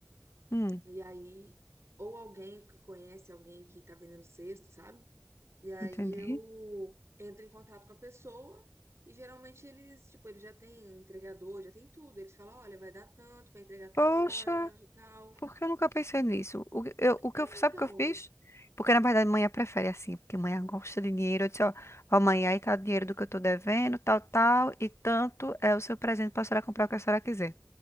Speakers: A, on the left (about 70°); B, on the right (about 80°).
A: Hum,
B: E aí, ou alguém que conhece alguém que tá vendendo cesto, sabe? E aí
A: entendi.
B: eu entro em contato com a pessoa e geralmente eles, tipo, eles já têm entregador, já tem tudo. Eles falam, olha, vai dar tanto para entregar tal
A: Poxa.
B: hora e tal.
A: Porque eu nunca pensei nisso. O, que- eu, o que
B: Ah,
A: eu, sabe
B: então,
A: o que eu fiz? Porque, na verdade, mãe prefere assim, porque mãe gosta de dinheiro. Eu disse, ó, ó, mãe, aí tá o dinheiro do que eu tô devendo, tal, tal, e tanto é o seu presente pra senhora comprar o que a senhora quiser.